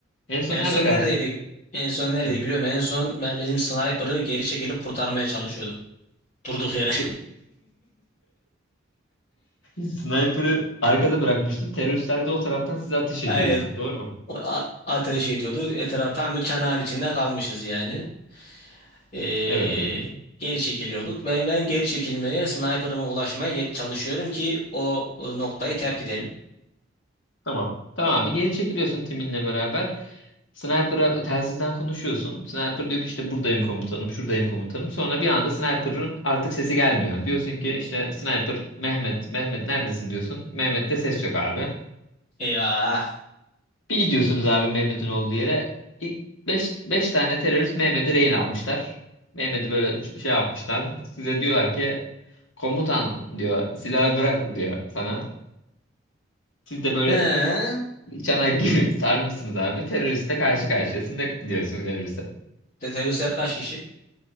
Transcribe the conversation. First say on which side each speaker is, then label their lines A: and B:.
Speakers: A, on the left; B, on the left.
A: En son
B: En
A: nerede
B: son
A: kalmıştık?
B: neredeydik? En son neredeydik
A: Hı.
B: biliyorum. En son ben bizim sniper'ı geri çekilip kurtarmaya çalışıyordum. Durduk yere.
A: De- Sniper'ı arkada bırakmıştın. Teröristler de o taraftan size
B: <laughs>
A: ateş ediyordu.
B: Aynen.
A: Doğru mu?
B: A- ateş ediyordu. Etrafa tam bir çanağın içinde kalmışız yani. Ee,
A: Evet
B: geri çekiliyorduk. Ben ben geri çekilmeye, sniper'ıma ulaşmaya geri çalışıyorum ki o, o noktayı terk edelim.
A: Tamam. Tamam bir geri çekiliyorsun timinle beraber. Sniper'a telsizden konuşuyorsun. Sniper diyor ki işte buradayım komutanım, şuradayım komutanım. Sonra bir anda Sniper'ın artık sesi gelmiyor. Diyorsun ki işte Sniper Mehmet, Mehmet neredesin diyorsun. Mehmet'te ses yok abi.
B: Eyvah.
A: Bir gidiyorsunuz abi Mehmet'in olduğu yere. Beş beş tane terörist Mehmet'i rehin almışlar. Mehmet'i böyle ç- şey yapmışlar. Size diyorlar ki komutan diyor silahı bırak diyor sana. Siz de böyle
B: He.
A: Çanak gibi <laughs> sarmışsınız abi. Teröriste karşı karşıyasın da diyorsun teröriste.
B: Te- Teröristler kaç kişi?